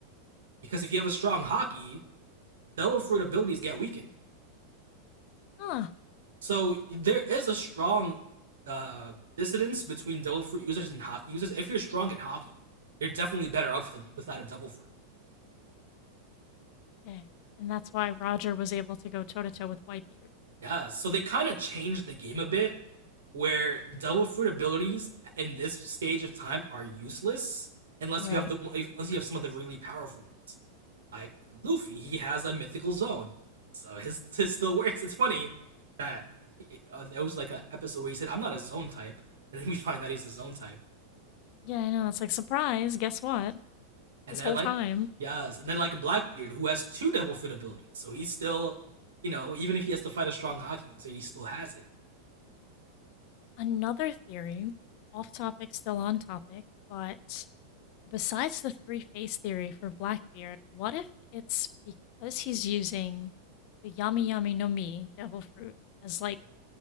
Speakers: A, on the right (about 65°); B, on the left (about 45°).
A: Because if you have a strong hockey, devil fruit abilities get weakened.
B: Huh.
A: So there is a strong uh, dissidence between devil fruit users and hockey users. If you're strong in hockey, you're definitely better off with a, without a devil fruit.
B: Okay. And that's why Roger was able to go toe to toe with Whitebeard.
A: Yeah, so they kind of changed the game a bit where devil fruit abilities in this stage of time are useless unless
B: Right.
A: you have the unless you have some of the really powerful ones. Like Luffy, he has a mythical zone. So his <laughs> his still works. It's funny that uh, there was like an episode where he said, "I'm not a zone type," and then we find out he's a zone type.
B: Yeah, I know. It's like, surprise, guess what?
A: And
B: This
A: then
B: whole
A: like
B: time.
A: yes, and then like Blackbeard, who has two devil fruit abilities, so he's still, you know, even if he has to fight a strong Haki, so he still has it.
B: Another theory, off topic, still on topic, but Besides the three phase theory for Blackbeard, what if it's because he's using the Yami Yami no Mi, devil fruit, as like